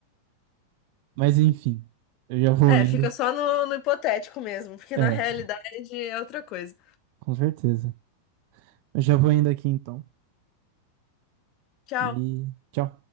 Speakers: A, on the right; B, on the left.
A: Mas enfim, eu já vou
B: É,
A: indo.
B: fica só no, no hipotético mesmo, porque
A: É,
B: na realidade é outra coisa.
A: com certeza. Eu já vou indo aqui então.
B: Tchau.
A: E tchau.